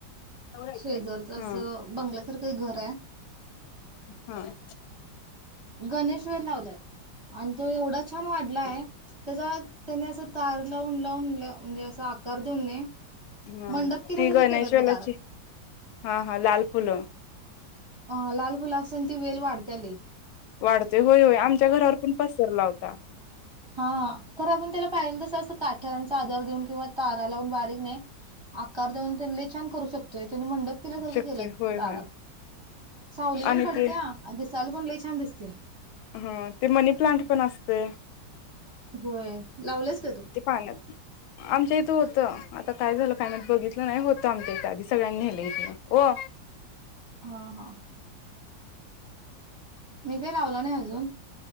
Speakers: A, on the left (about 85°); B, on the right (about 20°).
A: ह
B: शेजारचं असं बंगल्यासारखं एक घर आहे
A: ह.
B: गणेश वेल लावलाय आणि तो एवढा छान वाढला आहे. त्याचा त्यानी असा तार लावून लावून म्हणजे असा आकार देऊन नये,
A: हा
B: मंडप केल्यासारखं
A: ती गणेश
B: केल्यात ब
A: वेलाची
B: दारात
A: हा हा लाल फुलं
B: अ लाल फुल असताना ती वेल वाढत्या लय
A: वाढतोय होय होय आमच्या घरावर पण पसरला होता.
B: हा खर आपण त्याला पाहिलं तसं असं काठ्यांचा आधार देऊन किंवा तारा लावून बारीक नाही. आकार देऊन तन लय छान करू शकतोय त्यानी मंडप केल्यासारखं
A: शकते
B: केल्यात
A: होय
B: दारात
A: होय
B: सावली पण
A: आणि
B: पडत्या
A: ते
B: आणि दिसायला पण लई छान दिसतय
A: ह ते मनी प्लांट पण असतय
B: होय लावलंस का तू
A: ते पाण्यात आमच्या इथं होतं आता काय झालं काय माहित बघितलं नाही होतं आमच्या इथ आधी सगळ्यांनीे नेलं इथल हो
B: हा हा मी काही लावलं नाही अजून